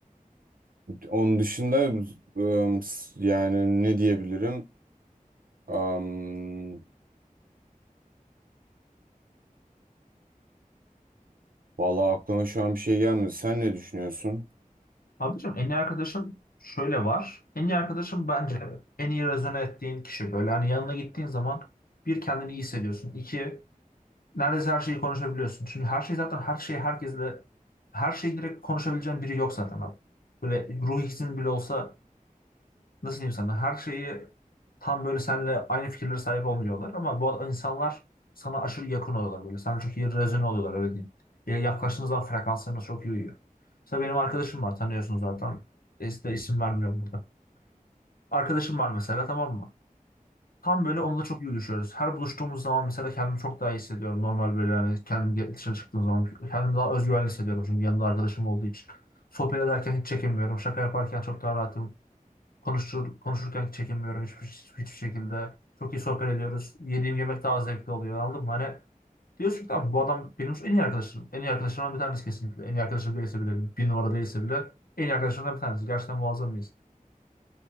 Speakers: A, on the right; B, on the left.
A: Onun dışında ım, s- yani ne diyebilirim? Am, vallahi aklıma şu an bir şey gelmedi. Sen ne düşünüyorsun?
B: Abicim en iyi arkadaşın şöyle var. En iyi arkadaşın bence en iyi rezone ettiğin kişi. Böyle hani yanına gittiğin zaman bir kendini iyi hissediyorsun. İki neredeyse her şeyi konuşabiliyorsun. Şimdi her şey zaten her şey herkesle her şeyi direkt konuşabileceğin biri yok zaten abi. Böyle ruh ikizin bile olsa nasıl diyeyim sana her şeyi tam böyle seninle aynı fikirlere sahip olmuyorlar ama bu insanlar sana aşırı yakın oluyorlar böyle. Sana çok iyi rezone oluyorlar öyle diyeyim. Yani yaklaştığınız zaman frekanslarınız çok iyi uyuyor. Mesela benim arkadaşım var tanıyorsun zaten. E, işte isim vermiyorum burada. Arkadaşım var mesela tamam mı? Tam böyle onunla çok iyi uyuşuyoruz. Her buluştuğumuz zaman mesela kendimi çok daha iyi hissediyorum. Normal böyle yani kendim dışarı çıktığım zaman kendimi daha özgüvenli hissediyorum. Çünkü yanımda arkadaşım olduğu için. Sohbet ederken hiç çekinmiyorum. Şaka yaparken çok daha rahatım. Konuşur, konuşurken hiç çekinmiyorum hiçbir, hiçbir şekilde. Çok iyi sohbet ediyoruz. Yediğim yemek daha zevkli oluyor. Anladın mı? Hani diyorsun ki tamam bu adam benim en iyi arkadaşım. En iyi arkadaşlarımdan bir tanesi kesinlikle. En iyi arkadaşım değilse bile, bir numara değilse bile en iyi arkadaşlarımdan bir tanesi. Gerçekten muazzam mıyız?